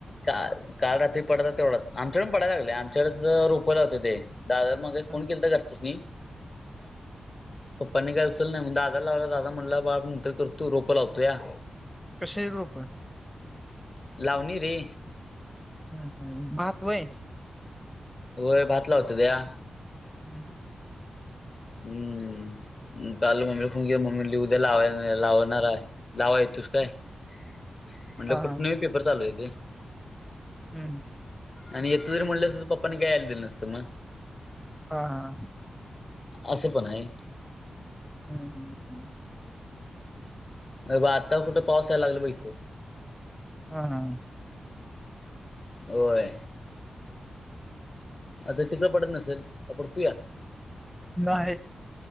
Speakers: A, on the left; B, in the centre.
A: काल काल रात्री पडला तेवढा आमच्याकडे पडायला लागले आमच्याकडे तर रोपला लावत्याती. दादा न मगाशी
B: हं.
A: फोन केलता घरच्यासनी.
B: <unintelligible>
A: पप्पांनी काय उचला नाही मग दादाला लावल्यावर दादा म्हणला बाळ नंतर करतो रोप लावतोया.
B: कशाची रोप?
A: लावणी रे.
B: हम हम भात व्हय.
A: होय भात लावत्यात.
B: हम्म
A: हम् काल मम्मीला फोन घ मम्मी लि. <unintelligible> <unintelligible> लाय लावणार लावा येतुस काय म्हटलं
B: हा
A: कुठ नाही प बर चालू आहे ते.
B: हम्
A: आणि येतो जरी म्हणल असतं तर पप्पांनी काय यायला दिल नसत मग.
B: हा हा
A: असं पण आहे.
B: हम हम
A: <unintelligible> बघ आता कुठ पावस यायला लागला बघ इथ.
B: हा हा
A: होय आता तिकडं पडत नसेल का पडतोया?
B: नाही